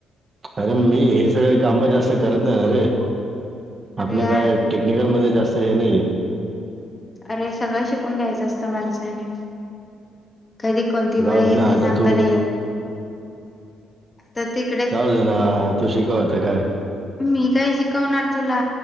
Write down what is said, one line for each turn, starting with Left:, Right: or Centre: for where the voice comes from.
Right: अरे मी हे सगळे काम जास्त करत नाही अरे
Left: अरे
Right: आपलं
Left: यार
Right: काय टेक्निकलमध्ये जास्त हे नाहीये.
Left: अरे सगळं शिकून घ्यायचं असतं माणसाने कधी कोणती वेळ
Right: जाऊ
Left: येईल
Right: दे ना
Left: ते
Right: आता
Left: सांगता
Right: तू
Left: नाही येत. तर तिकडे
Right: जाऊ दे ना तू शिकवता काय?
Left: मी काय शिकवणार तुला